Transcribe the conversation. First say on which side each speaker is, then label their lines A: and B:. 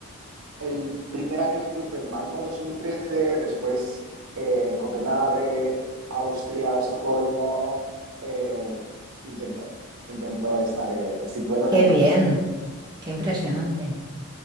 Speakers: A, on the right; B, on the right.
A: el primer año que fui fue en Malmo, 2013, después eh, Copenhague, Austria, Estocolmo. eh, intento, intento estar, eh, si puedo, en
B: qué
A: el
B: bien,
A: país.
B: qué impresionante.